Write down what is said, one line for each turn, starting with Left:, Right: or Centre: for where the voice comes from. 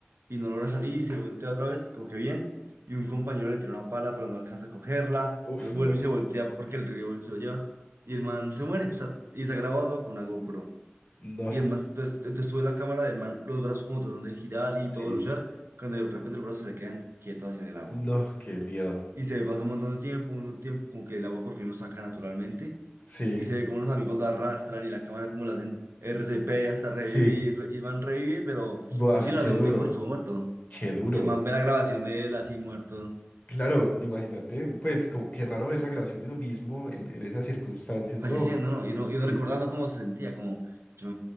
Right: y no logra salir, y se voltea otra vez, como que bien, y un compañero le tira una pala, pero no alcanza a cogerla,
Left: Uff,
Right: entonces vuelve
Left: no.
Right: y se voltea porque el río se lo lleva, y el man se muere, o sea, y se ha grabado todo con una GoPro.
Left: No,
Right: Y el man, entonces, entonces tuve la cámara del man, los brazos como tratando de girar y
Left: sí,
Right: todo luchar, cuando de repente los brazos se le quedan quietos así en el agua.
Left: no, qué miedo.
Right: y se ve pasa un montón de tiempo, un montón de tiempo, como que el agua por fin lo saca naturalmente
Left: Sí,
Right: y se ve como los amigos la arrastran y la cámara como la hacen RCP hasta revivir
Left: sí,
Right: y el man revive, pero,
Left: buaf,
Right: pero sí, durante
Left: qué duro.
Right: un tiempo estuvo muerto
Left: Qué duro.
Right: y el man ve la grabación de él así muerto,
Left: Claro, imagínate, pues como, qué raro ver la grabación de uno mismo en, en esas circunstancias,
Right: falleciendo,
Left: ¿no?
Right: ¿no? Y uno, y uno
Left: Sí,
Right: recordando cómo se sentía, como, yo,